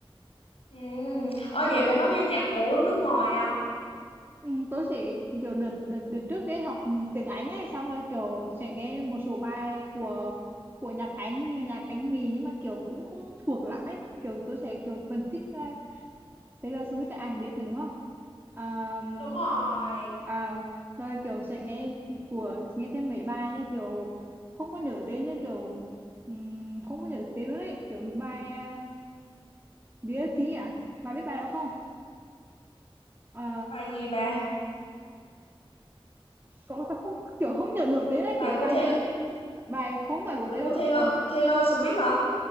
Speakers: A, on the left; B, on the right.
A: Ừ. Ở vậy bà có nghe nhạc của nước ngoài không?
B: Ừ, tớ chỉ kiểu đợt đợt đợt trước ấy học tiếng Anh ấy xong rồi kiểu sẽ nghe một số bài của của nhạc Anh nghe nhạc Anh mì nhưng mà kiểu cũng không thuộc lắm ấy kiểu tớ sẽ kiểu phân tích ra Taylor Swift là ai biết này đúng không um,
A: Đúng rồi.
B: à, rồi kiểu sẽ nghe của nghe thêm mấy bài như kiểu không có nhớ tên như kiểu ừm, không có nhớ tên luôn ấy kiểu bài uh, Dear T à bà biết bài đó không Ờ,
A: Bài gì bà?
B: cậu tao không kiểu không nhớ nổi tên ấy
A: Bài
B: kiểu cái
A: của
B: bài
A: Taylor,
B: này là bài không phải của
A: bài
B: tên
A: của
B: là cũng
A: Taylor,
B: có
A: Taylor Swift hả?